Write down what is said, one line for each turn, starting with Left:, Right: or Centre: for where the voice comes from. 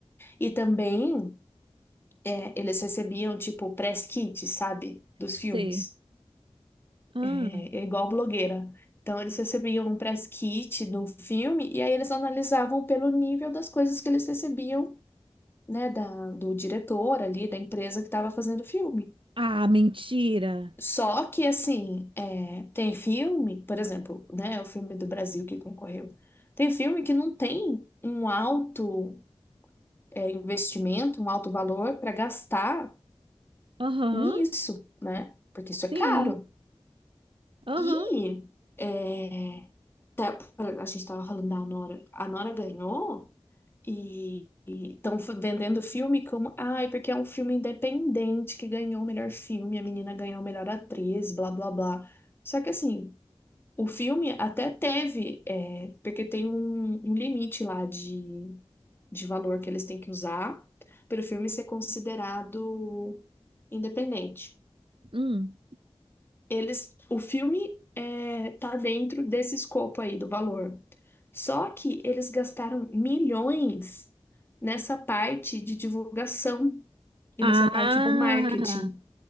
Left: E também é, eles recebiam, tipo, press kit, sabe? Dos
Right: sei
Left: filmes.
Right: Ah,
Left: é é igual blogueira. Então, eles recebiam um press kit de um filme e aí eles analisavam pelo nível das coisas que eles recebiam, né, da, do diretor ali, da empresa que estava fazendo o filme.
Right: ah, mentira.
Left: Só que, assim, é, tem filme, por exemplo, né, o filme do Brasil que concorreu, tem filme que não tem um alto, é, investimento, um alto valor para gastar
Right: Aham,
Left: nisso, né? Porque isso
Right: sim.
Left: é caro.
Right: Aham.
Left: E é, tá- a gente estava falando da Nora. A Nora ganhou e estão vendendo o filme como, ai, porque é um filme independente que ganhou o melhor filme, a menina ganhou a melhor atriz, blá blá blá. Só que assim, o filme até teve, é, porque tem um, um limite lá de, de valor que eles têm que usar para o filme ser considerado independente
Right: Hum.
Left: eles, o filme é, tá dentro desse escopo aí do valor. Só que eles gastaram milhões nessa parte de divulgação e
Right: Ah,
Left: nessa parte do marketing,